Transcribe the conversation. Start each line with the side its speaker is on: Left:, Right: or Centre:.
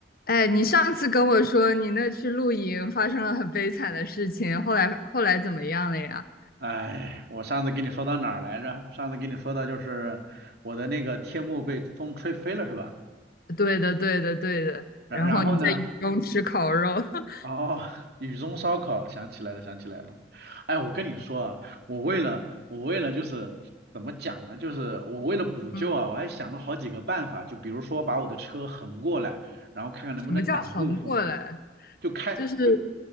Left: 哎，你上次跟我说你那去露营发生了很悲惨的事情，后来后来怎么样了呀？
Right: 哎，我上次跟你说到哪儿来着？上次跟你说到就是我的那个天幕被风吹飞了，是吧？
Left: 对的，对的，对的。
Right: 然然后呢？
Left: 然后你在雨中吃烤肉，<laughs>
Right: 哦，雨中烧烤，想起来了，想起来了。哎，我跟你说啊，我为了我为了就是怎么讲呢？就是我为了补救啊，
Left: 嗯，
Right: 我还想了好几个办法，就比如说把我的车横过来，然后看看能不能挡住风，
Left: 什么叫横过来？
Right: 就开就
Left: 就是